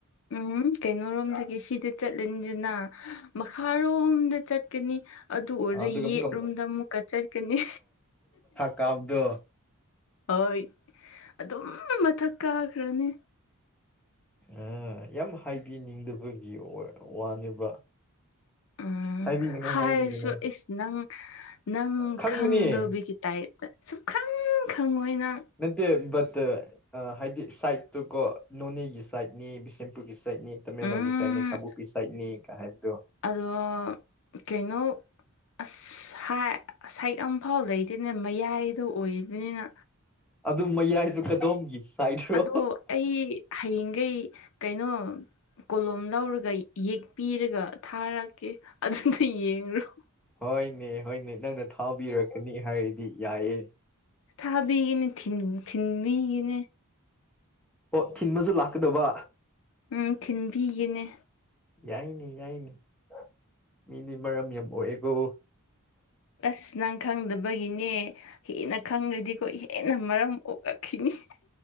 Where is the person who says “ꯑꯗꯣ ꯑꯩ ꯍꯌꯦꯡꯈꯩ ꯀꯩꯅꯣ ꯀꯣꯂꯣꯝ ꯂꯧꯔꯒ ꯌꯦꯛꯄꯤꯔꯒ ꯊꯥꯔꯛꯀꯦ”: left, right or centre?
Left